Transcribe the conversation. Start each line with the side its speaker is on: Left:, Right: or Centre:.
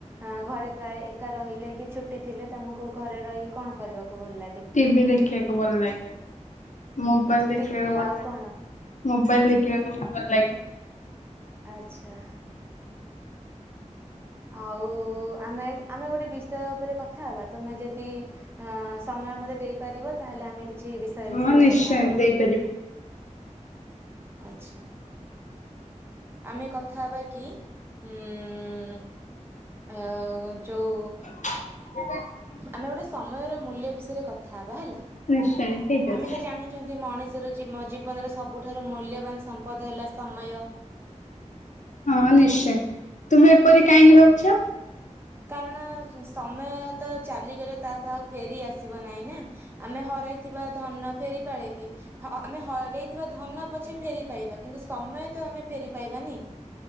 Right: ଆ ଘରେ ପ୍ରାୟ ଏକା ରହିଲେ କି ଛୁଟି ଥିଲେ ତମକୁ ଘରେ ରହିକି କଣ କରିବାକୁ ଭଲ ଲାଗେ?
Left: ଟି ଭି ଦେଖିବାକୁ ଭଲ ଲାଗେ ମୋବାଇଲ
Right: ଆଚ୍ଛା
Left: ଦେଖିବାକୁ
Right: ଟିଭି
Left: ଭଲ
Right: ଆଉ
Left: ଲା
Right: କଣ
Left: ମୋବାଇଲ ଦେଖିବାକୁ ବି ଭଲ ଲାଗେ।
Right: ଆଛା। ଆଉ ଆମେ ଆମେ ଗୋଟେ ବିଷୟ ଉପରେ କ କଥା ହବା ତୁମେ ଯଦି ଅ ସମୟ ମତେ ଦେଇପାରିବ ତାହେଲେ ଆମେ କି ଛି ବିଷୟ
Left: ହଁ
Right: ବିଷୟରେ
Left: ନିଶ୍ଚୟ
Right: କଥା ହେବା
Left: ଦେଇପାରିବି
Right: ଆଛା। ଆମେ କଥା ହେବା କି ଉମ୍ ଆ ଯୋଉ
Left: <inaudible>
Right: ଆମେ ଗୋଟେ ସମୟର ମୂଲ୍ୟ ବିଷୟରେ କଥା ହବା ହେଲା।
Left: ନିଶ୍ଚୟ ଠିକ ଅଛି
Right: ଆମେ ତ ଜାଣିଚନ୍ତି ମଣି ଷର ଜୀମ ଜୀବନର ସବୁଠାରୁ ମୂଲ୍ୟବାନ ସମ୍ପଦ ହେଲା ସମୟ।
Left: ହଁ, ନିଶ୍ଚୟ ତୁମେ ଏପରି କାହିଁକି
Right: ହଁ
Left: ଭାବୁଛ।
Right: କାରଣ ସମୟ ତ ଚାଲିଗଲେ, ତା ତ ଆଉ ଫେରି ଆସିବ ନାଇଁ ନା। ଆମେ ହରାଇଥିବା ଧନ ଫେରି ପାଳେ କି? ହଁ, ଆମେ ହରେଇଥିବା ଧନ ପଛେ ଫେରି ପାଇବା। କିନ୍ତୁ, ସମୟ ତ ଆମେ ଫେରି ପାଇବାନି।